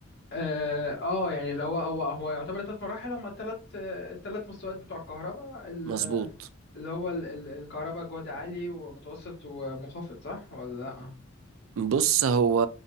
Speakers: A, on the left; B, on the right.
A: اه آه، يعني اللي هو هو هو يعتبر ثلاث مراحل هم الثلاث الثلاث مستويات بتوع الكهرباء ال-
B: مظبوط
A: اللي هو ال- ال- الكهرباء جهد عالي ومتوسط ومنخفض صح ولا لا
B: بص هو